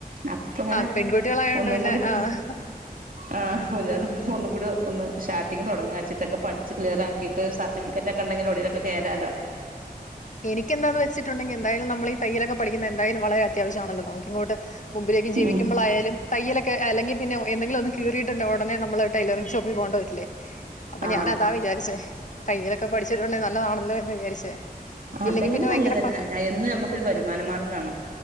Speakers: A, on the right; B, on the left.
A: ഇപ്പങ്ങനെ
B: ആഹ് പെൺകുട്ടികളായോണ്ട്
A: ഒന്നും
B: പിന്നെ
A: കൂടിം
B: ആഹ്
A: ആഹ് <unintelligible> പ്പൊന്നും കൂടിം ഒന്ന് ഷാർട്ടിങ്ങ് തൊടങ്ങാച്ചിട്ടൊക്കെ പഠിച്ച് ക്ലിയറാക്കിട്ട് സർട്ടിഫിക്കറ്റൊക്കെണ്ടെങ്കി എവടേലൊക്കെ കേറാലോ?
B: എനിക്കെന്താന്ന് വെച്ചിട്ടുണ്ടെങ്കി എന്തായാലും നമ്മളീ തയ്യലൊക്കെ പഠിക്കുന്നതെന്തായാലും വളരെ അത്യാവശ്യാണല്ലോ നമുക്ക് ഇങ്ങോട്ട് മുമ്പിലേക്ക് ജീവിക്കുമ്പളായാലും
A: ഉം
B: തയ്യലൊക്കെ അല്ലെങ്കിപിന്നെ എന്തെങ്കിലൊന്ന് കീറിയിട്ടുണ്ട് ഉടനെ നമ്മള് ട്ടൈലറിങ് ഷോപ്പിൽ പോണ്ടേ വരില്ലേ അപ്പൊ
A: ആഹ്
B: ഞാനതാ വിചാരിച്ചേ. തയ്യലൊക്കെ പഠിച്ചിട്ടൊണ്ടെ നല്ലതാണല്ലോ എന്ന് വിചാരിച്ചേ.
A: ആഹ്
B: ഇല്ലെങ്കി
A: തയ്യല്
B: പിന്നെ ഭയങ്കര
A: നല്ലത്തന്നെ.
B: പ
A: ആ എന്നും ഞമ്മക്കൊരു വരുമാനമാർഗാണ്.